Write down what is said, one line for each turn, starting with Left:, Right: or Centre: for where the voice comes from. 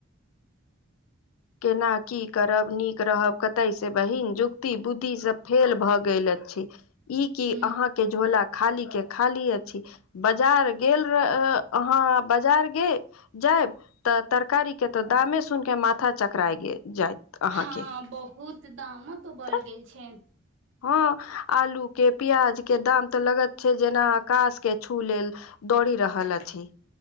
Left: केना की करब नीक रहब कतय से बहिन युक्ति बुद्धिसँ फेल भऽ गेलै इ की
Right: ह
Left: अहाँ के झोला खाली के खालिये छी बाजार गेल र अ आहाँ बाजार गे जायब तऽ तरकारी के तऽ दामे सुन के माथा चकराय गेल जाइत अहाँके
Right: हँ बहुत दामो तो बढ़
Left: तऽ
Right: गेल छै
Left: हँ आलू के प्याज के दाम तऽ लगैत छै जेना आकाश के छू लेल दौड़ि रहल अछि